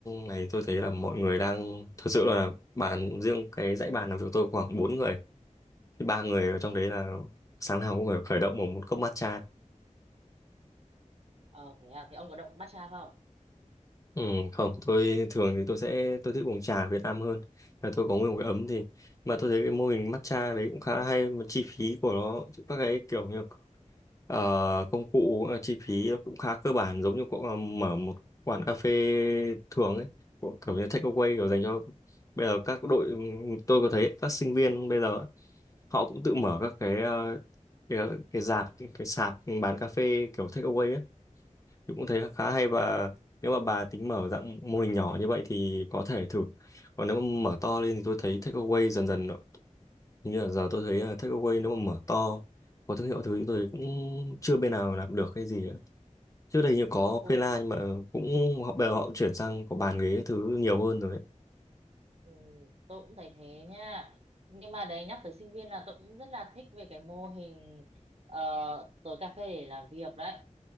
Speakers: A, on the left; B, on the right.
A: này tôi thấy là mọi người đang thật sự là bàn riêng cái dãy bàn làm việc tôi khoảng bốn người thì ba người ở trong đấy là sáng nào cũng phải khởi động bằng một cốc matcha
B: Ờ thế à? Thế ông có động matcha không?
A: Ừ, không, tôi thường thì tôi sẽ tôi thích uống trà Việt Nam hơn là tôi có nguyên một cái ấm thì mà tôi thấy cái mô hình matcha đấy cũng khá hay mà chi phí của nó các cái kiểu như ờ, công cụ ờ, chi phí nó cũng khá cơ bản giống như cậu ờ, mở một quán cà phê thường ấy của- kiểu như take away kiểu dành cho bây giờ các đội ừ, tôi có thấy các sinh viên bây giờ ấy, họ cũng tự mở
B: Ừ.
A: các cái ờ, cái, cái rạp cái sạp bán cà phê kiểu take away ấy thì cũng thấy
B: Ừ.
A: khá hay và nếu mà bà tính mở dạng mô hình nhỏ như vậy thì có thể thử. Còn nếu mà mở to lên thì tôi thấy takeaway dần dần nó- hình như là giờ tôi thấy là takeaway nếu mà mở to có thương hiệu thứ thì tôi cũng chưa bên nào làm được cái gì ấy. Trước đây như có
B: Ừ.
A: Fela nhưng mà cũng họ bây giờ họ chuyển sang có bàn ghế các thứ nhiều hơn rồi ấy.
B: Ừ, tôi cũng thấy thế nha nhưng mà đấy nhắc tới sinh viên là tôi cũng rất là thích về cái mô hình ờ, tối cà phê để làm việc đấy